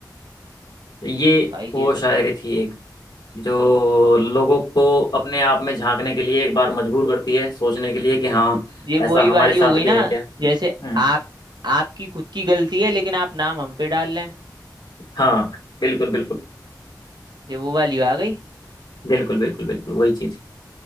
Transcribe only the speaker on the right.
भाई
ये
तो
ये
वही
वाली
हो गई
ना
जैसे
आप आपकी खुद की गलती है लेकिन आप नाम हम पे डाल लें
ये वो वाली आ गई